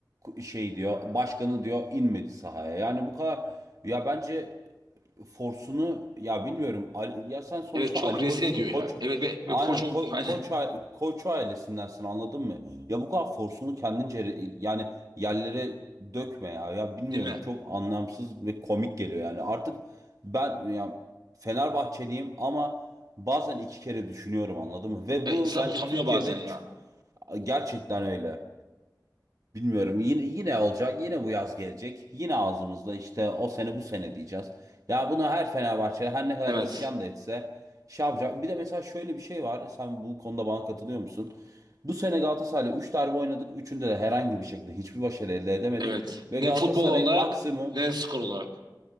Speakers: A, on the right; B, on the right.
A: şey diyor başkanı diyor inmedi sahaya. Yani bu kadar ya bence forsunu ya bilmiyorum Ali- ya sen sonuçta
B: evet çok
A: Ali
B: rezil
A: Koç'sun.
B: ediyor
A: Koç
B: ya. Evet ve,
A: aynen
B: ve koç oldu
A: ko-
B: <laughs> hani
A: Koç a- Koç ailesindensin anladın mı? Ya bu kadar forsunu kendince re- yani yerlere dökme ya. Ya bilmiyorum
B: değil mi?
A: çok anlamsız ve komik geliyor yani. Artık ben ya Fenerbahçeliyim ama bazen iki kere düşünüyorum anladın mı? Ve
B: E,
A: bu
B: insan
A: bence
B: utanıyor
A: Türkiye'de
B: bazen
A: ç-
B: ya.
A: gerçekten öyle. Bilmiyorum yine yine olacak yine bu yaz gelecek yine ağzımızda işte o sene bu sene diyeceğiz. Ya buna her Fenerbahçe her ne kadar
B: Evet.
A: isyan da etse şey yapacak. Bir de mesela şöyle bir şey var sen bu konuda bana katılıyor musun? Bu sene Galatasaray'la 3 derbi oynadık 3'ünde de herhangi bir şekilde hiçbir başarı elde edemedik.
B: Evet.
A: Ve
B: Ne
A: Galatasaray'ın
B: futbol olarak
A: maksimum
B: ne skor olarak.